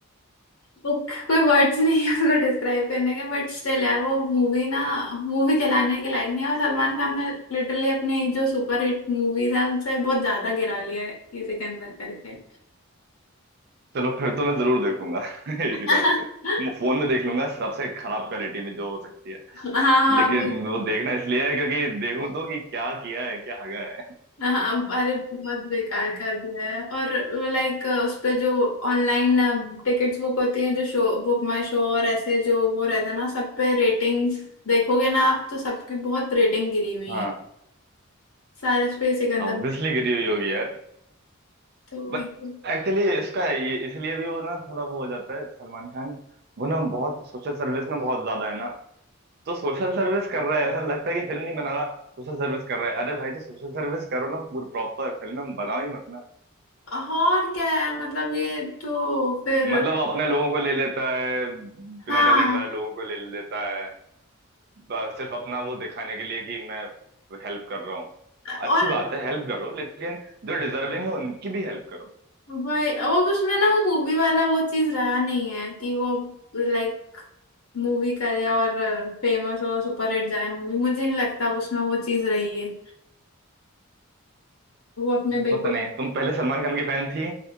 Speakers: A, on the left; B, on the right.
A: वो कोई वर्ड्स नहीं है उसको डिस्क्राइब करने के बट स्टिल यार वो मूवी ना मूवी कहलाने के लायक नहीं है और सलमान खान ने लिटरली अपनी जो सुपरहिट मूवीज है उनसे बहुत ज्यादा गिरा लिया है ये सिकंदर करके
B: चलो फिर तो मैं जरूर देखूंगा <laughs> इसी
A: <laughs>
B: बात पे मैं फोन में देख लूंगा सबसे खराब क्वालिटी में जो हो सकती है
A: हाँ हाँ
B: लेकिन
A: वो
B: वो देखना इसलिए है क्योंकि देखूं तो कि क्या किया है क्या हगा है
A: हाँ अरे बहुत बेकार कर दिया है और लाइक उस पे जो ऑनलाइन टिकट्स बुक होती है जो शो बुक माई शो और ऐसे जो वो रहता है ना सब पे रेटिंग देखोगे ना आप तो सबकी बहुत रेटिंग गिरी हुई
B: हाँ
A: है सारस पे सिकंदर
B: ऑब्वियसली गिरी हुई होगी यार
A: तो
B: बट
A: वही है।
B: एक्चुअली इसका ये इसलिए भी वो ना थोड़ा वो हो जाता है सलमान खान वो ना बहुत सोशल सर्विस में बहुत ज्यादा है ना तो सोशल सर्विस कर रहा है ऐसा लगता है कि फिल्म नहीं बना रहा सोशल सर्विस कर रहा है अरे भाई तो सोशल सर्विस करो ना पूरी प्रॉपर फिल्म में बनाओ ही मत ना
A: और क्या यार मतलब ये तो फिर
B: मतलब वो अपने लोगों को ले लेता है
A: हाँ
B: बिना टैलेंट वाले लोगों को ले लेता है ब- सिर्फ अपना वो दिखाने के लिए कि मैं हेल्प कर रहा हूँ
A: और
B: अच्छी बात है हेल्प करो लेकिन जो डिजर्विंग है उनकी भी हेल्प करो
A: वही वो उसमें ना वो मूवी वाला वो चीज रहा नहीं है कि वो लाइक मूवी करे और फेमस हो सुपरहिट जाए मूवी मुझे नहीं लगता अब उसमें वो चीज रही है वो अपने
B: हाँ
A: बिग
B: पता
A: बॉस
B: नहीं तुम पहले सलमान खान की फैन थी